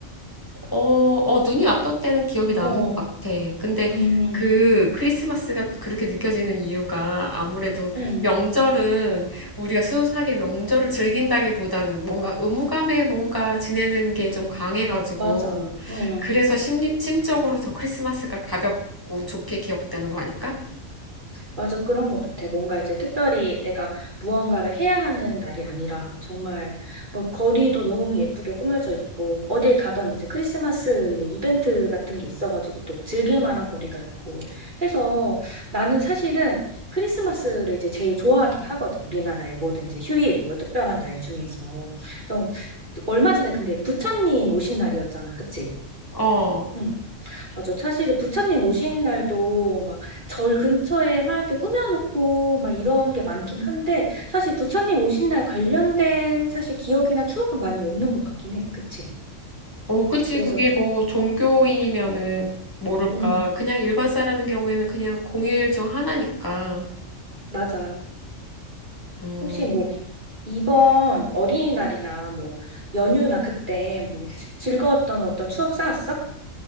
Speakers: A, on the left (about 15°); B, on the right (about 40°).
A: 어, 어, 눈이 왔던 때는 기억이 나는
B: 어,
A: 것 같아. 근데
B: 음,
A: 그 크리스마스가 그렇게 느껴지는 이유가 아무래도
B: 음,
A: 명절은 우리가 순수하게 명절을 즐긴다기보다는 뭔가 의무감에 뭔가 지내는 게 좀 강해가지고
B: 맞아. 음.
A: 그래서 심, 심적으로 더 크리스마스가 가볍고 좋게 기억되는 거 아닐까?
B: 맞아, 그런 것 같아. 뭔가 이제 특별히 내가 무언가를 해야 하는 날이 아니라 정말 뭐 거리도 너무 예쁘게 꾸며져 있고 어딜 가던 이제 크리스마스 이제 이벤트 같은 게 있어가지고 또 즐길 만한 거리가 있고 해서 나는 사실은 크리스마스를 이제 제일 좋아하긴 하거든. 우리나라의 모든 이제 휴일, 뭐 특별한 날 중에서. 좀 얼마 전에 근데 부처님 오신 날이었잖아. 그치?
A: 어,
B: 응. 맞아. 사실은 부처님 오신 날도 막 절 근처에 막 이렇게 꾸며놓고 막 이런 게 많긴 한데 사실 부처님 오신 날 관련된 사실 기억이나 추억은 많이 없는 것 같긴 해. 그치?
A: 어, 그치.
B: 그래서,
A: 그게 뭐 종교인이면은 모를까.
B: 음,
A: 그냥 일반 사람인 경우에는 그냥 공휴일 중 하나니까.
B: 맞아.
A: 음.
B: 혹시 뭐 이번 어린이날이나 뭐 연휴나 그때 뭐 즐거웠던 어떤 추억 쌓았어?